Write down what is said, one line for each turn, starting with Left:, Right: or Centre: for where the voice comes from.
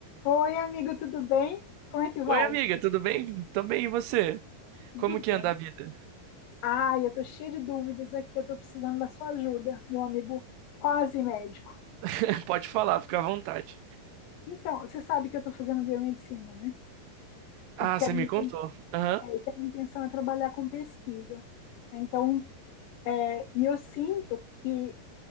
Left: Oi, amigo, tudo bem? Como é que vai?
Right: Oi, amiga, tudo bem? Tô bem, e você?
Left: Tudo
Right: Como que
Left: bem.
Right: anda a vida?
Left: Ai, eu tô cheia de dúvidas aqui, eu tô precisando da sua ajuda, meu amigo quase médico.
Right: <laughs> Pode falar, fica à vontade.
Left: Então, você sabe que eu tô fazendo biomedicina, né?
Right: Ah,
Left: E que
Right: você
Left: a minha,
Right: me
Left: inten-
Right: contou. Aham.
Left: é, que a minha intenção é trabalhar com pesquisa. né? Então, é, e eu sinto que